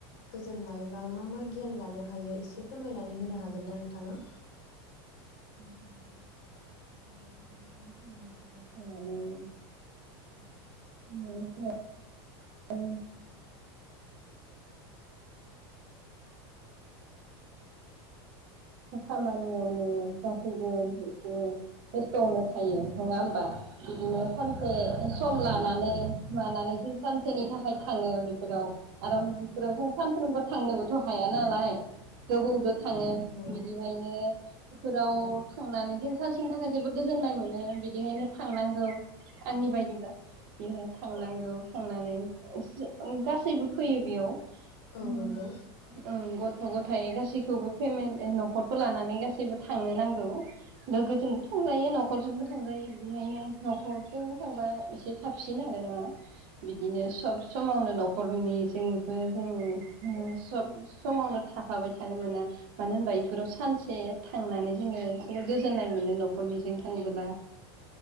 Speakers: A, on the left (about 70°); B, on the right (about 60°).
A: गोजोननाय बा मा मा गियान लानो हायो एसे फोरमायनानै होनो हागोन ना नोंथाङा?
B: <unintelligible> <unintelligible> खामानियावनो गासैबो एसे बेस्थ'आवनो थायो नङा होमबा बिदिनो सानसे सम लानानै मानानै जों सानसेनि थाख हाय थाङो बेफोराव आरो बेफोरावथ सानफ्रोमबो थांनोबोथ' हाया नालाय गोबौदो थाङो
A: नंगौ
B: बिदिहायनो बेफोराव थांनानै जों सानसेनि थाखाय जोबोद गोजोननाय मोनो बिदिहायनो थांनांगौ आंनि बायदिब्ला बेहाय थांनांगौ थांनानै <unintelligible> गासैबो फैयो बेयाव <unintelligible>
A: औ नंगौ
B: ओं गथ' गथ थाय गासैखौबो फेमेन न'खरखौ लानानै गासैबो थांनो नांगौ लोगोजोंबो थांजायो न'खरजोंबो थांजायो बिदिहायनो न'खरजों थांबा एसे साबसिन आरोना बिदिनो सब समावनो न'खरनिजोंबो जोङो सब समावनो थाफाबाय थानो मोना मानो होनबा इफोराव सानसे थांनानै जोङो एसे गोजोननाय मोनो न'खरनिजों थांबोला